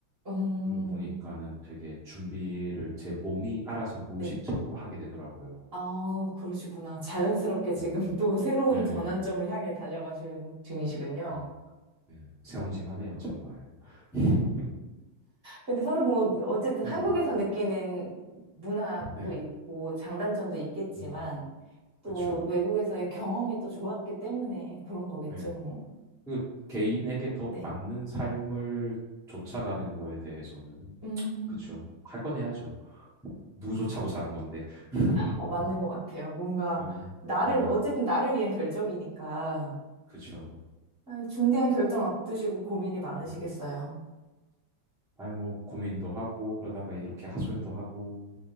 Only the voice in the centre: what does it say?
그거 보니까는 되게 준비를 제 몸이 알아서 무의식적으로
하게 되더라고요.
음,
예, 예,
예, 예. 새옹지만 해요, 정말. <laughs>
네,
네네.
음,
그쵸.
예.
그 개인에게 더
맞는 삶을 쫓아가는 거에 대해서는
그쵸. 할 건 해야죠. 누구 쫓아고 사는 건데. <laughs>
네,
네,
그쵸.
네. 아니 뭐 고민도 하고 그러다가 이렇게 하소연도 하고